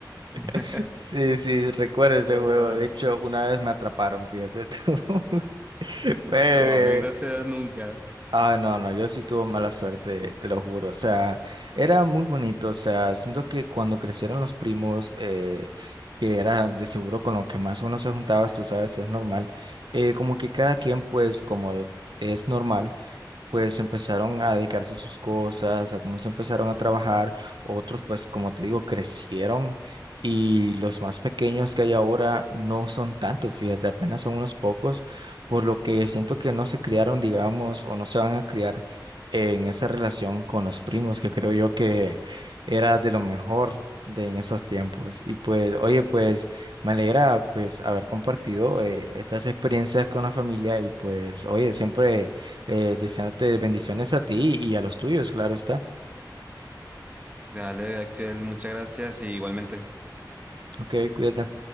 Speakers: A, on the right; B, on the right.
A: <laughs>
B: <laughs> Sí, sí, recuerdo ese
A: Ay,
B: juego. De hecho, una vez me atraparon, fíjate tú. <laughs> Fue...
A: Oh, a mí gracias nunca.
B: Ah, no, no, yo sí tuve mala suerte, te lo juro. O sea, era muy bonito. O sea, siento que cuando crecieron los primos, eh, que era de seguro con lo que más uno se juntaba, tú sabes, es normal. eh, como que cada quien, pues, como es normal pues empezaron a dedicarse a sus cosas, algunos empezaron a trabajar, otros pues como te digo, crecieron y los más pequeños que hay ahora no son tantos, fíjate, apenas son unos pocos, por lo que siento que no se criaron, digamos, o no se van a criar en esa relación con los primos, que creo yo que era de lo mejor. de en esos tiempos y pues oye pues me alegra pues haber compartido eh, estas experiencias con la familia y pues oye siempre eh, deseándote bendiciones a ti y a los tuyos, claro está.
A: Dale, Axel, muchas gracias y igualmente.
B: Ok, cuídate.